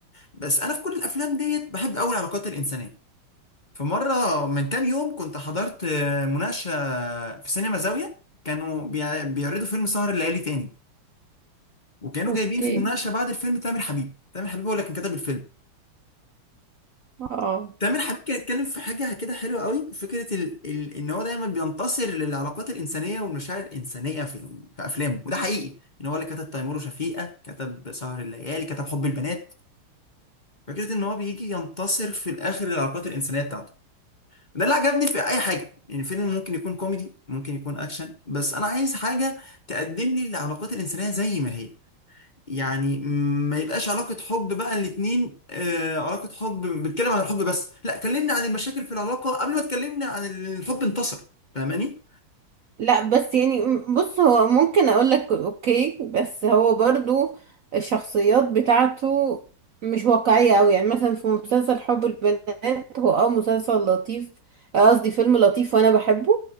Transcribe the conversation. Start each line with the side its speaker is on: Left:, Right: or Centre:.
Left: بس انا في كل الافلام ديت بحب قوي العلاقات الانسانيه فمره من كام يوم كنت حضرت آه مناقشه في سينما زاويه كانوا بيع- بيعرضوا فيلم سهر الليالي تاني وكانوا
Right: اوكي
Left: جايبين في المناقشه بعد الفيلم تامر حبيب تامر حبيب هو اللي كان كتب الفيلم
Right: اه
Left: تامر حبيب كان اتكلم في حاجة كده حلوة قوي فكرة ال... ال... ان هو دايما بينتصر للعلاقات الإنسانية والمشاعر الإنسانية في في أفلامه وده حقيقي ان هو اللي كتب تيمور وشفيقة كتب سهر الليالي كتب حب البنات فكرة ان هو بيجي ينتصر في الآخر للعلاقات الإنسانية بتاعته وده اللي عجبني في أي حاجة يعني الفيلم ممكن يكون كوميدي ممكن يكون أكشن بس أنا عايز حاجة تقدم لي العلاقات الإنسانية زي ما هي يعني ما يبقاش علاقة حب بقى الاتنين آه علاقة حب بتكلم عن الحب بس لا كلمني عن المشاكل في العلاقة قبل ما تكلمني عن الحب انتصر فاهماني؟
Right: لا بس يعني م- بص هو ممكن اقول لك اوكي بس هو برضو الشخصيات بتاعته مش واقعية قوي يعني مثلا في مسلسل حب البنات هو اه مسلسل لطيف آه قصدي فيلم لطيف وانا بحبه